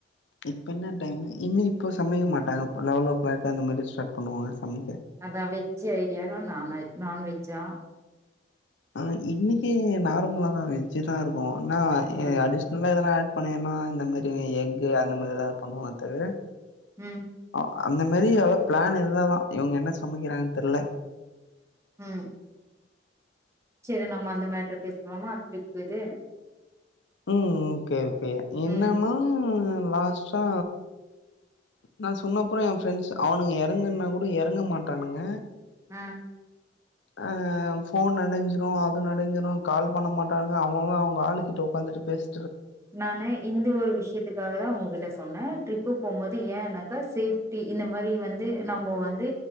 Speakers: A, on the left; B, on the right.
A: இப்ப என்ன டைம் இன்னு இப்போ சமைக்க மாட்டாங்க லெவலோ கிளாக் அந்த மாரி ஸ்டார்ட் பண்ணுவாங்க சமைக்க
B: அதா வெஜ் ஐடியானு நா நான் வெஜ்ஜா
A: ஆ இன்னிக்கு நார்மலாதா வெஜ்ஜுதா இருக்கும் ஒன்ன ஏ
B: ம்
A: அடிஷ்னலா ஏதா ஆட் பன்ய ஏமா இந்த மாரி எக்கு அந்த மாரிதா பண்ணுவங்க தவிர
B: ம்
A: அ- அந்த மாரி எவ்ளோ பிளான் இருந்தாதான் இவுங்க என்ன சமைக்கிறாங்கன்னு தெரில
B: ம் சரி நம்ம அந்த மேட்ரு பேசுவோமா டிரிப்பு இது
A: ம் ம் கேவ் இப்பியே என்னமா
B: ம்
A: லாஸ்ட்டா நா சொன்னப்புற எம் ஃப்ரெண்ஸ் அவனுங்க எறங்குன்னா கூட எறங்க மாட்டானுங்க
B: ஆ
A: ஆ போன் நனஞ்சிரும் அது நனஞ்சிரும் கால் பண்ண மாட்டானுங்க அவுங்க அவங்க ஆளுக்கிட்ட உக்காந்துட்டு பேஸ்
B: நானு இந்த ஒரு விஷயத்துக்காக தான் உங்க கிட்ட சொன்னேன் டிரிப்பு போம்போது ஏனாக்கா சேஃப்டி இந்த மாரி வந்து நம்ம வந்து